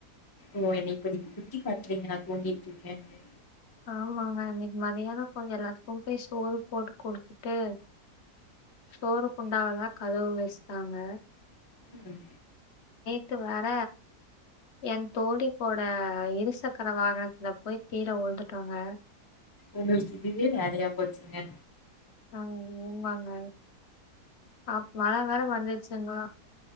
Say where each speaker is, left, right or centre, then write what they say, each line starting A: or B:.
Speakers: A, on the left; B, on the left.
A: ஓ என்னை இப்ப நீங்க குத்தி காட்றீங்க நா தூங்கிட்ருக்கேன்னு
B: ஆமாங்க இன்னிக்கி மத்தியானோ கொஞ்சோ எல்லாத்துக்கு போய் சோறு போட்டு குடுத்துட்டு சோறு குண்டானதா கதவு வச்சிட்டாங்க
A: உம்
B: விட்டு வற என் தோழி கோட ஆஹ் இரு சக்கர வாகனத்துல போய் கீழ உழுந்து டோங்க
A: ஒங்களுக்கு இதுவே வேலையா போச்சுங்க
B: ஆங் உமாங்க அ மழ வேற வந்துருச்சிங்ளா